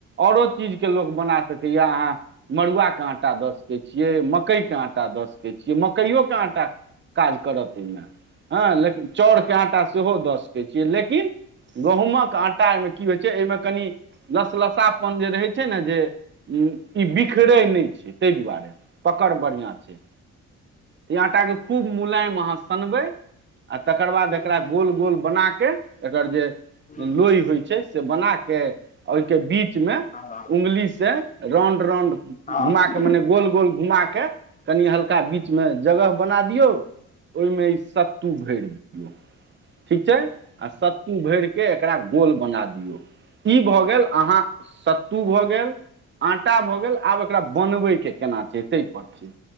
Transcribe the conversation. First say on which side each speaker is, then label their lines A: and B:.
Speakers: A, on the right (about 40°); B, on the left (about 25°).
A: औरो चीज के लोक बना सकैया, अहाँ मड़ुआ के आ आटा द सके छियै, मकय के आटा द सके छियै, मकयो के आटा काज करत ओइ मे। हाँ, लेकिन चौउर
B: हँ
A: के आटा सेहो दऽ सकै छीयै, लेकिन गहुमक आटामे एमे कनि लस लसापन जे रहै छै ने जे उम्म इ बिखरै ने छै, ते दुआरे पकड़ बढ़ियाँ छै। इ आटाके खूब मुलायम अहाँ सनबै, आ तकर बाद
B: हूँ
A: एकरा
B: हूँ
A: गोल- गोल बना के, एकर जे
B: हूँ
A: लोई होय छै, से बना के ओयके बी च मे,
B: हँ
A: उंगली से रॉन्ड रॉन्ड
B: हँ
A: घुमा के, मने गोल गोल घुमा के, कनि हल्का बी बीच मे जगह बना दियौ, ओयमे इ सत्तू भैर दियौ। ठीक छै, आ सत्तू भैर के एकरा गोल बना दियौ, इ भऽ गेल, अहाँ सत्तू भऽ गेल, आ टा भऽ गेल, आब एकरा बनबै के केना छै ते पर छै,